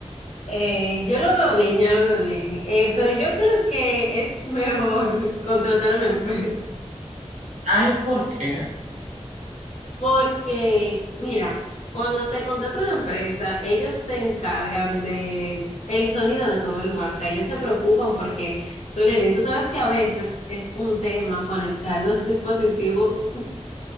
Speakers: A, on the left; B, on the right.
A: Eh, yo lo veo bien, yo lo veo bien, Eh, pero yo creo que es mejor <laughs> contratar una empresa.
B: Ay, ¿por qué?
A: Porque, mira, cuando se contrata una empresa, ellos se encargan de el sonido de todo el lugar. O sea, ellos se preocupan porque suene bien. Tú sabes que a veces es un tema conectar los dispositivos